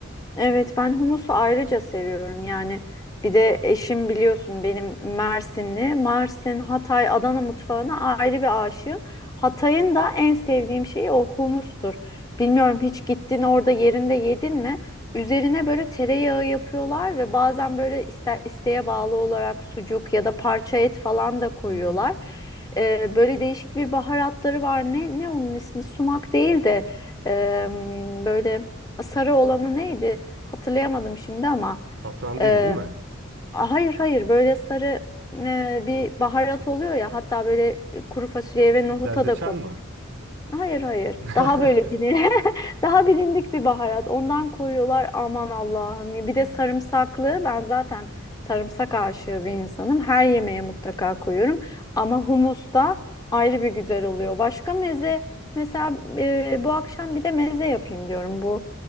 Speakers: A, on the left; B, on the right.
A: Evet ben humusu ayrıca seviyorum yani bir de eşim biliyorsun benim Mersinli Mersin Hatay Adana mutfağına ayrı bir aşığım Hatay'ın da en sevdiğim şeyi o humustur bilmiyorum hiç gittin orada yerinde yedin mi üzerine böyle tereyağı yapıyorlar ve bazen böyle iste, isteğe bağlı olarak sucuk ya da parça et falan da koyuyorlar
B: Hmm.
A: Ee, böyle değişik bir baharatları var ne ne onun ismi sumak değil de em, böyle sarı olanı neydi? Hatırlayamadım şimdi ama
B: Safran değil
A: e,
B: değil mi?
A: hayır hayır böyle sarı e, bir baharat oluyor ya hatta böyle e, kuru fasulyeye ve nohuta
B: Zerdeçal
A: da konuyor.
B: mı?
A: Hayır hayır.
B: <laughs>
A: Daha böyle bilin <laughs> daha bilindik bir baharat. Ondan koyuyorlar aman Allah'ım.
B: Hmm.
A: Bir de sarımsaklı. Ben zaten sarımsak aşığı bir insanım. Her yemeğe
B: Hı hı.
A: mutlaka koyuyorum. Ama humus da ayrı bir güzel oluyor. Başka meze mesela e, bu akşam bir de meze yapayım diyorum bu.